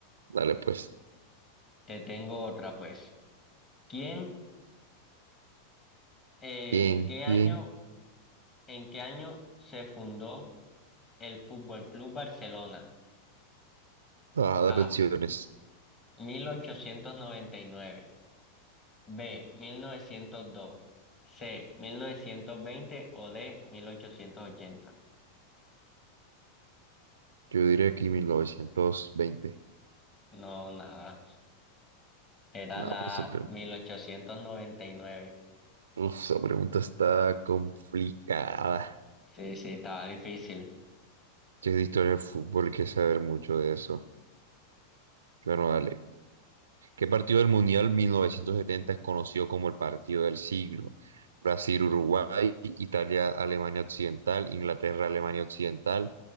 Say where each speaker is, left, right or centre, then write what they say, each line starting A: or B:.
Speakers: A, on the right (about 80°); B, on the left (about 30°).
A: Dale pues.
B: te tengo otra pues. ¿Quién, eh,
A: Bien,
B: en qué año,
A: bien.
B: en qué año se fundó el Fútbol Club Barcelona?
A: Ah, las
B: A.
A: opciones.
B: 1899. B. 1902. C. 1920 o D. 1880.
A: Yo diría aquí mil novecientos veinte
B: No, nada. Era
A: No,
B: la
A: por eso
B: mil ochocientos noventa y nueve,
A: Uf, esa pregunta está complicada.
B: Sí, sí, estaba difícil.
A: Si es de historia del fútbol, hay que saber mucho de eso. Bueno, dale. ¿Qué partido del Mundial 1970 es conocido como el partido del siglo? Brasil, Uruguay, Italia, Alemania Occidental, Inglaterra, Alemania Occidental